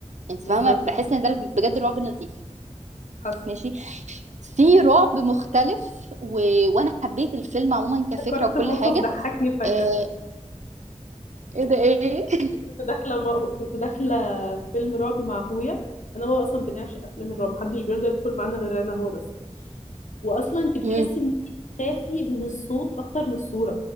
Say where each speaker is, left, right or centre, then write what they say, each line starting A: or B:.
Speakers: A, on the right; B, on the left.
A: انت
B: بالظبط
A: فاهمه بحس ان ده بجد الرعب النظيف
B: حصل
A: ماشي في رعب مختلف و... وانا حبيت الفيلم عموما كفكره
B: افتكرت
A: وكل
B: موقف
A: حاجه
B: ضحكني فجأة
A: آه... ايه ده ايه <laughs>
B: كنت داخلة م... كنت داخلة فيلم رعب مع اخويا انا وهو اصلا بنعشق افلام الرعب محدش بيرضى يدخل معانا غير انا وهو بس واصلا انت بتحسي
A: امم
B: انك خافي من الصوت اكتر من الصورة